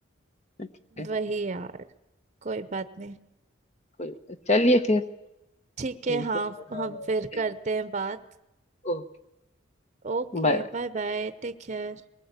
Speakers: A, on the left (about 35°); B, on the right (about 35°).
A: ठीक है
B: वही यार कोई बात नहीं
A: कोई- चलिए फिर
B: ठीक है
A: मिलते
B: हाँ
A: हैं हाँ,
B: हम फिर
A: चलिए
B: करते हैं बात
A: Okay
B: Okay
A: bye
B: bye bye take care